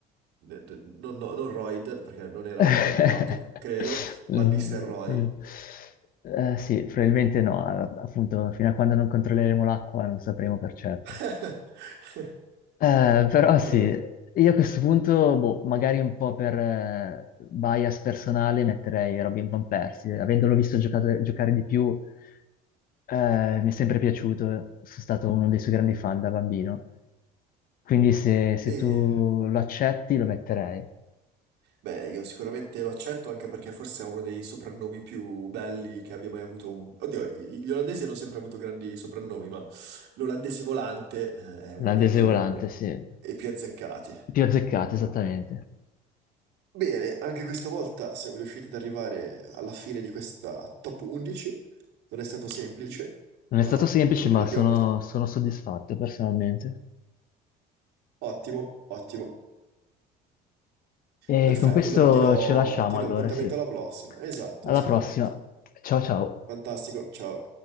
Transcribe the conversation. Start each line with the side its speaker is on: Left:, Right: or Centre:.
Right: D- d- Non, no, non Royd, perché non era
Left: <laughs>
Right: eh, dopato, credo. Van
Left: Mm,
Right: Nistelrooy.
Left: mm. Eh, sì, probabilmente no, a- appunto, fino a quando non controlleremo l'acqua non sapremo per certo.
Right: <laughs>
Left: Eh, però sì,
Right: Eh,
Left: io a questo punto, boh, magari un po' per eh, bias personale metterei Robin Van Persie, avendolo visto giocato- giocare di più, eh, mi è sempre piaciuto, sono stato uno dei suoi grandi fan da bambino, quindi se, se
Right: e-
Left: tu lo accetti lo metterei.
Right: beh, io sicuramente lo accetto anche perché forse è uno dei soprannomi più belli che abbia mai avuto. un- Oddio, i- gli olandesi hanno sempre avuto grandi soprannomi, ma l'olandese volante, eh, è uno
Left: La
Right: dei
Left: Deseolante,
Right: più,
Left: sì.
Right: dei più azzeccati.
Left: Più azzeccata, esattamente.
Right: Bene, anche questa volta siamo riusciti ad arrivare alla fine di questa top 11. Non è stato semplice,
Left: Non
Right: ma
Left: è stato semplice,
Right: come dire,
Left: ma
Right: l'abbiamo
Left: sono,
Right: portata.
Left: sono soddisfatto personalmente.
Right: Ottimo, ottimo.
Left: E
Right: Perfetto,
Left: con questo
Right: allora ti do,
Left: ce lasciamo
Right: ti do
Left: allora,
Right: appuntamento
Left: sì.
Right: alla prossima. Esatto,
Left: Alla
Right: esattamente.
Left: prossima. Ciao ciao.
Right: Fantastico, ciao.